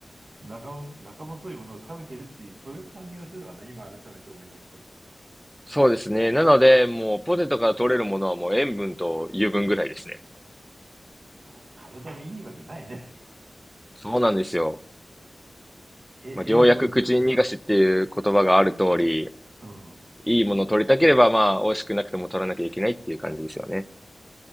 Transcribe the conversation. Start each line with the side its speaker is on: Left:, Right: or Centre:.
Right: 中細、中細いものを食べてるっていう、そういう感じがするわね、今改めて思い出すと。
Centre: そうですね。なので、もうポテトから取れるものはもう塩分と油分ぐらいですね。
Right: もう、体にいいわけないね。
Centre: そうなんですよ。
Right: え、
Centre: まあ、
Right: 塩分取り、
Centre: 良薬苦尽逃がしっていう言葉がある通り、
Right: うん。
Centre: いいものを取りたければ、まあ、美味しくなくても取らなきゃいけないっていう感じですよね。